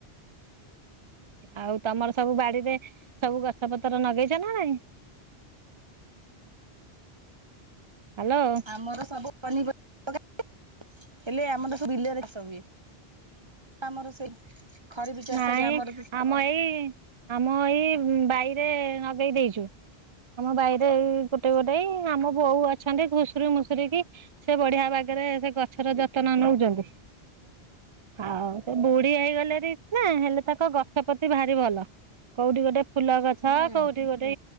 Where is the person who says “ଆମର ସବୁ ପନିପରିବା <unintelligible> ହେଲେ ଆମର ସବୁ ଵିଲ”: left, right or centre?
Right